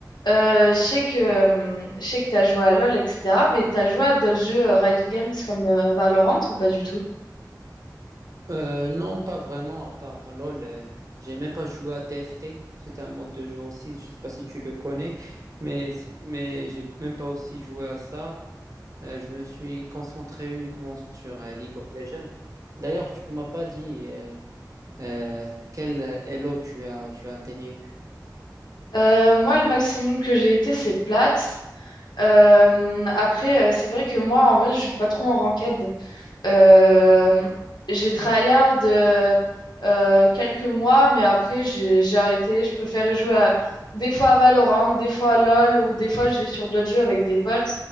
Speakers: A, on the left; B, on the right.
A: euh, je sais que, euh, je sais que tu as joué à LoL, etc., mais tu as joué à d'autres jeux euh, Riot Games comme euh, Valorant ou pas du tout?
B: Euh, non, pas vraiment, à part LoL. euh, j'ai même pas joué à TFT. C'est un mode de jeu aussi. Je sais pas si tu le connais, mais, mais j'ai même pas aussi joué à ça. Euh, je me suis concentré uniquement sur euh, League of Legends. D'ailleurs, tu m'as pas dit euh, euh, quel euh, Elo tu as, tu as atteigné.
A: Euh, moi, le maximum que j'ai été, c'est plate. Euh, après, euh, c'est vrai que moi, en vrai, je joue pas trop en ranked. Euh, j'ai tryhard euh, euh, quelques mois, mais après j'ai j'ai arrêté. Je préférais jouer à- des fois à Valorant, des fois à LoL, ou des fois je vais sur d'autres jeux avec des potes.